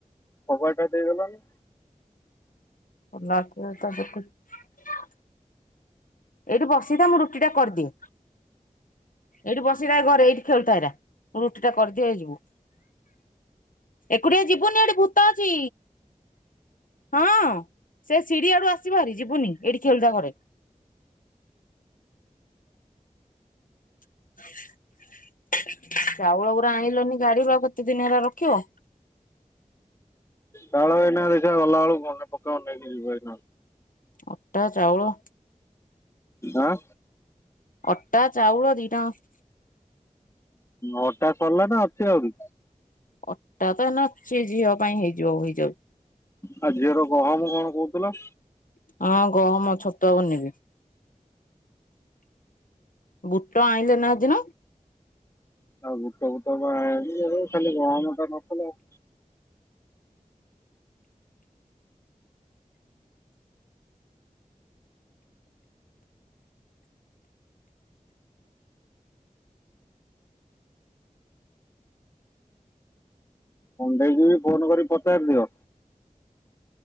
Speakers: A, on the left; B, on the left.
A: ପବାଟା ଦେଇ ଦେଲନି।
B: ରାତି ତା ଦେଖୁଛି। ଏଇଠି ବସିଥା ମୁଁ ରୁଟି ଟା କରିଦିଏ। ଏଇଠି ବସିଥାଏ ଘରେ ଏଇଠି ଖେଳୁଥାଏରା ରୁଟି ଟା କରିଦିଏ ଯିବୁ। ଏକୁଟିଆ ଯିବୁନି ଏଠି ଭୂତ ଅଛି। ହଁ ସେ ସିଢ଼ି ଆଡୁ ଆସିବାରି ଯିବୁନି ଏଇଠି ଖେଳଦ ଘରେ। <unintelligible> ଚାଉଳ ଗୁଡା ଆଣିଲନି ଗାଡି ଗା କେତେ ଦିନ ହେଲା ରଖିବ।
A: ତାଳନା ଦେ ଗଲାବେେଳକୁେ ପକା ନେଇକି ଯିବ ଏଇ
B: ଅଟା ଚାଉଳ।
A: ଆଁ
B: ଅଟା ଚାଉଳ ଦି ଟାଙ୍କ।
A: ଅଟା ସରିଲା ନା ଅଛି ଆହୁରି।
B: ଅଟା ତ ନଛି ଝିଅ ପାଇଁ ହେଇଯିବ ହୋଇ
A: ଆଉ ଝିଅର ଗହମ କଣ କହୁଥିଲ।
B: ହଁ ଗହମ ଛତୁଆ ବନେଇବି। ବୁଟ ଆଇଁଲ ନା ହେଦିନ।
A: ଆଉ ବୁଟ ବୁଟ ବା ଆଉ ଖାଲି ଗହମତା ନଥିଲା ଆଉ। ମୁଣ୍ଡେଇକିବି ଫୋନ କରିି ପଚାରି ଦିଅ।